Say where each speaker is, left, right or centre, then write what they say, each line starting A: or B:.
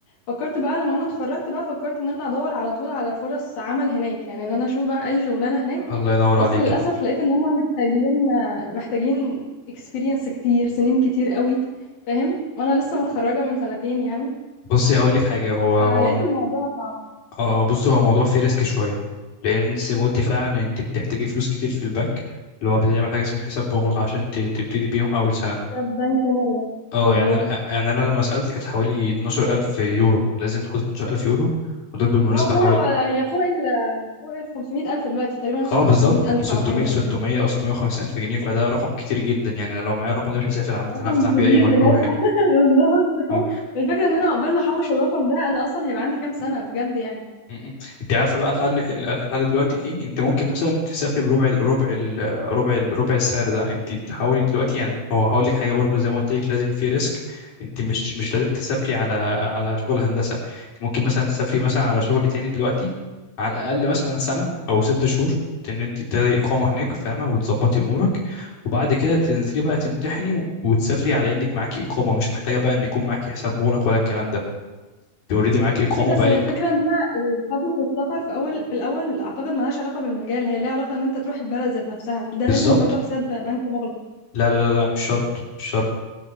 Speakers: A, on the left; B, on the left.
A: فكرت بقى لما انا اتخرجت بقى فكرت ان انا ادور على طول على فرص عمل هناك يعني ان انا اشوف بقى اي شغلانة هناك
B: الله ينور
A: بس
B: عليك
A: للاسف لقيت ان هم محتاجين محتاجين experience كتير سنين كتير قوي فاهم وانا لسه متخرجة من سنتين يعني
B: بصي هقول لك حاجه هو هو
A: فلقيت الموضوع صعب
B: اه بصي هو موضوع فيه ريسك شويه لان زي ما قلتي فعلا انت بتحتاجي فلوس كتير في البنك اللي هو بتعمل حاجه اسمها حساب مغلق عشان ت- تبتدي بيهم اول سنه
A: حساب بنك مغلق
B: اه
A: بالظبط
B: يعني انا يعني انا لما سالت كانت حوالي 12000 يورو لازم تحط 12000 يورو ودول بالمناسبه
A: اه طلع
B: حوالي
A: هو هي فوق ال فوق ال 500 ألف دلوقتي تقريبا وصلت
B: اه بالظبط
A: 600 ألف
B: 600
A: أو حاجة زي
B: 600
A: كده
B: او 650 الف جنيه فده رقم كتير جدا يعني انا لو معايا الرقم ده مش هسافر عامه
A: رقم
B: هفتح بيه
A: كبير
B: اي مشروع
A: بجد
B: هنا
A: <laughs> بالظبط
B: اه
A: الفكره ان انا عقبال ما احوش الرقم ده انا اصلا هيبقى عندي كام سنه بجد يعني
B: م- م. انت عارفه بقى الحل الحل دلوقتي ايه انت ممكن مثلا تسافر بربع ربع ال- ربع ال- ربع السعر ده انت تحاولي دلوقتي يعني هو هقول لك حاجه برضو زي ما قلت لك لازم في ريسك انت مش مش لازم تسافري على على شغل هندسه انت ممكن مثلا تسافري مثلا على شغل تاني دلوقتي على الاقل مثلا سنه او ست شهور ان انت تاخدي اقامه هناك فاهمه وتظبطي امورك وبعد كده تنزلي بقى تمتحني و- وتسافري على انك معاكي اقامه مش محتاجه بقى ان يكون معاكي حساب مغلق ولا الكلام ده اوريدي معاكي
A: اوكي
B: اقامه
A: بس
B: بقالك
A: هي الفكره ان انا ال- خطوه السفر في اول في الاول اعتقد ملهاش علاقه بالمجال هي ليها علاقه ان انت تروح البلد ذات نفسها ده
B: بالظبط
A: لازم برضو حساب بنك مغلق
B: لا لا لا مش شرط مش شرط